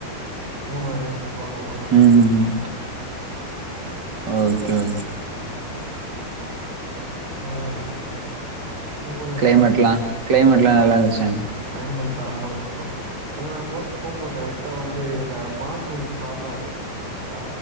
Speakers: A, on the right; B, on the right.
A: மூணாறு வாகமொன்
B: ம் ம் ஓகே ஓ
A: ம் நல்லா இருந்துச்சு ப்ரோ நீ போனியா
B: க்ளைமேட்லா
A: ப்ரோ
B: க்ளைமேட்லா நல்லாந்துச்சே
A: க்ளைமேட் தரமா இருந்துச்சு ப்ரோ ஏன்னா நாங்க <unintelligible> கரெக்ட்டா வந்து இந்த மார்ச் ஜூன் ஸ்டார்ட் ஆகுற டைம் கரெக்டா